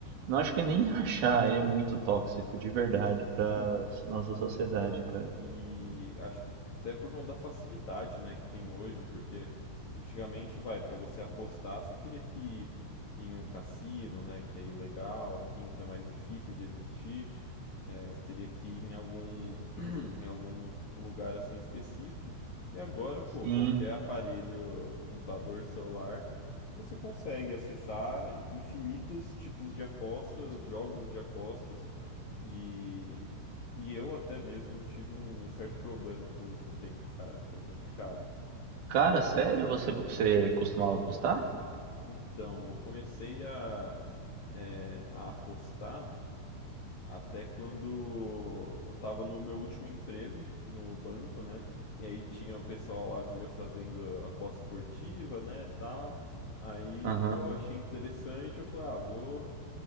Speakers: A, on the right; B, on the left.
A: não acho que é nem achar, é muito tóxico, de verdade, pra nossa sociedade, cara.
B: E acho que até por conta da facilidade, né, que tem hoje, porque antigamente, vai, para você apostar, você teria que ir em um cassino, né, que é ilegal, aqui então é mais difícil de existir. É, você teria que ir em algum, <clears throat> em algum lugar assim específico. E agora, pô,
A: Sim.
B: qualquer aparelho, computador, celular, você consegue acessar infinitos tipos de apostas, jogos de apostas. E e eu até mesmo tive um certo problema com isso um tempo, cara. Foi complicado.
A: Cara, sério? Você, você costumava postar?
B: Então, eu comecei a, é, a apostar até quando eu tava no meu último emprego no banco, né? E aí tinha o pessoal lá vivia fazendo aposta esportiva, né, tal. Aí
A: Aham,
B: eu achei interessante, eu falei, ah, vou,